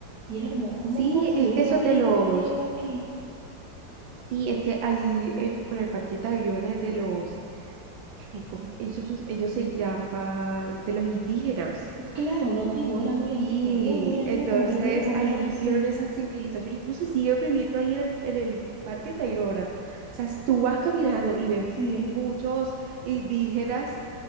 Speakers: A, on the right; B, on the right.
A: Y era como, ¿cómo
B: Sí,
A: han construido
B: es que eso
A: aquí?
B: es de los.
A: ¿Cómo han llegado aquí?
B: Sí, es que ahí en- con el parquita de Tayrona es de los. Ay, ¿cómo es que ellos, ellos se llaman? De los indígenas.
A: Y Claro, lo antiguo, era muy
B: Sí,
A: antiguo, muy, muy antiguo,
B: entonces
A: como que lo habían encontrado
B: ahí
A: recién.
B: vieron esa civilización, incluso siguen viviendo ahí en el, en el Parque Tayrona. O sea, tú vas caminando y ves
A: Sí,
B: muchos indígenas